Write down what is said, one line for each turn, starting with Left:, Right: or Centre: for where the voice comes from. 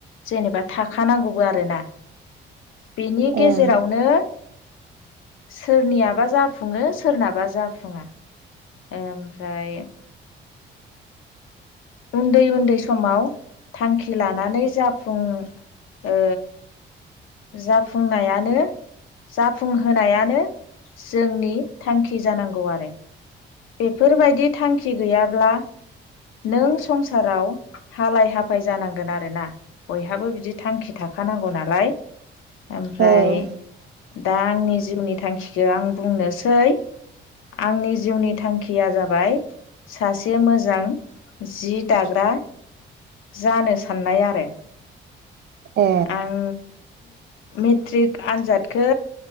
Left: जेनेबा थाखानांगौबो आरोना बेनि गेजेरावनो
Right: ओं
Left: सोरनियाबा जाफुङो सोरनाबा जाफुङा ओमफ्राय उन्दै-उन्दै समाव थांखि लानानै जाफुं ओ जाफुंनायानो जाफुंहोनायानो जोंनि थांखि जानांगौ आरो बेफोरबायदि थांखि गैयाब्ला नों संसाराव हालाय हाफाय जानांगोन आरोना बयहाबो बिदि थांखि थाखानांगौ नालाय ओमफ्राय
Right: ओं
Left: दा आंनि जिउनि थांखि आं बुंनोसै आंनि जिउनि थांखिया जाबाय सासे मोजां जि दाग्रा जानो साननाय आरो
Right: ए
Left: आं मेट्रिक आन्जादखो